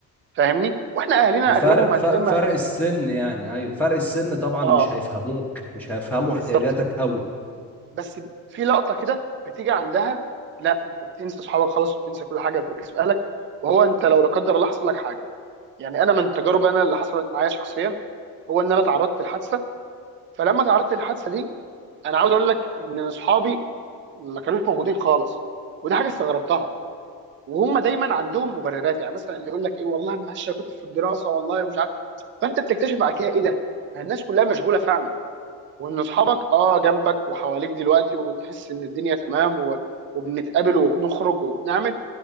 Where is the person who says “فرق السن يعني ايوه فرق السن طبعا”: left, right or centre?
Centre